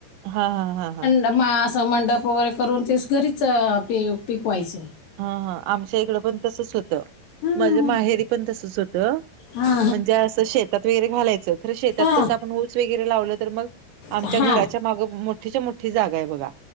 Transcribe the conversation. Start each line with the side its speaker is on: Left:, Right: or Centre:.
Right: हा हा हा हा.
Left: मा असं मंडप वगैरे करून तेच घरीच पी पिकवायचं.
Right: हा हा. आमच्या इकडं पण तसच होतं
Left: हा
Right: माझे माहेरी पण तसच होतं.
Left: हा
Right: म्हणजे असं शेतात वगैरे घालायचं खरं शेतात
Left: हा
Right: कसं आपण ऊस वगैरे लावलं तर मग आमच्या
Left: हा हा
Right: घराच्या माग मोठीच्या मोठी जागा आहे बघा.